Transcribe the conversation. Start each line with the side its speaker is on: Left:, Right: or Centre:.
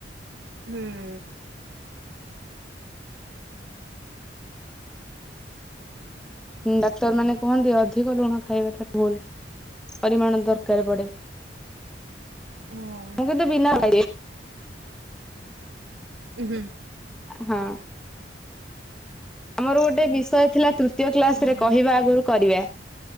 Right: ହୁଁ।
Centre: ଡାକ୍ତର ମାନେ କୁହନ୍ତି ଅଧିକ ଲୁଣ ଖାଇବାଟା ଭୁଲ ପରିମାଣ ଦରକାର ପଡେ।
Right: ହଁ।
Centre: ମୁଁ କିନ୍ତୁ ବିନା <inaudible>
Right: ଉ ହୁଁ।
Centre: ହଁ। ଆମର ଗୋଟେ ବିଷୟ ଥିଲା ତୃତୀୟ କ୍ଲାସ
Right: ହଁ।
Centre: ରେ କହିବା ଆଗରୁ କରିବା।